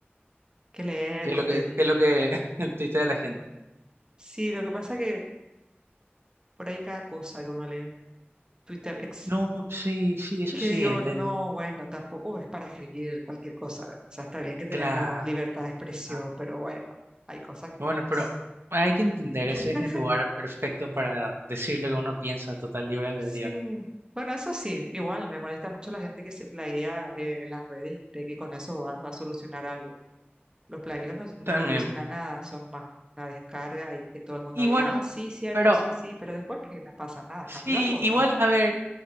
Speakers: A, on the right; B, on the right.
A: que leer
B: ¿qué
A: contenido.
B: es lo que, qué es lo que <laughs> el tuitea de la gente?
A: Sí, lo que pasa que por ahí cada cosa que uno lee en Twitter ex
B: No, sí, sí, eso
A: que
B: sí,
A: digo,
B: el,
A: no,
B: el-
A: bueno, tampoco es para escribir cualquier cosa. O sea, está bien que tenemos
B: claro.
A: libertad de expresión,
B: Ah,
A: pero bueno, hay cosas que
B: Bueno,
A: es-
B: pero hay que entender,
A: <laughs>
B: ese es el lugar perfecto para decir lo que uno piensa, total libre albedrío,
A: Sí.
B: ¿no?
A: Bueno, eso sí, igual me molesta mucho la gente que se plaguea eh, en las redes y cree que con eso va, va a solucionar algo. Los plagueos no, no
B: También.
A: conducen a nada, son más una descarga y que todo el mundo
B: Y
A: diga,
B: bueno,
A: ah, sí, cierto,
B: pero
A: sí, sí, pero después que no pasa nada,
B: sí,
A: ¿cambió algo?
B: igual,
A: No, nada.
B: a ver.